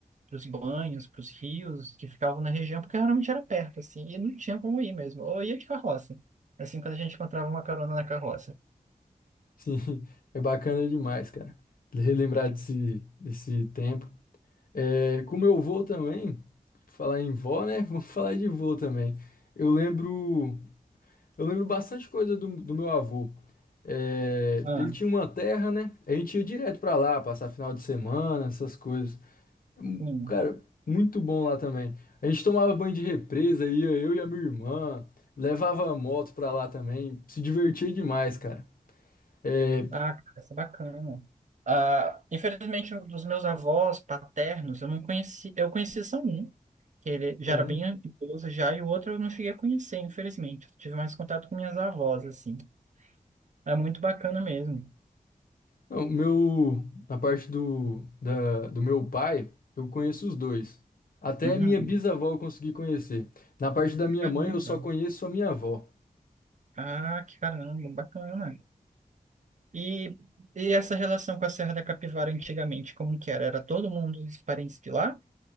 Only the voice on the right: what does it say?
os banhos, para os rios que ficavam na região, porque realmente era perto, assim, e não tinha como ir mesmo. Ou ia de carroça, assim, quando a gente encontrava uma carona na carroça.
Ah,
sim.
Ah, cara, isso é bacana. Ah, infelizmente, um dos meus avós paternos, eu não conheci. Eu conheci só um, que ele
já era bem idoso já, e o outro eu não cheguei a conhecer, infelizmente. Eu tive mais contato com minhas avós, assim. É muito bacana mesmo.
Uhum.
Caramba.
Ah, que caramba, bacana. E, e essa relação com a Serra da Capivara antigamente, como que era? Era todo mundo os parentes de lá?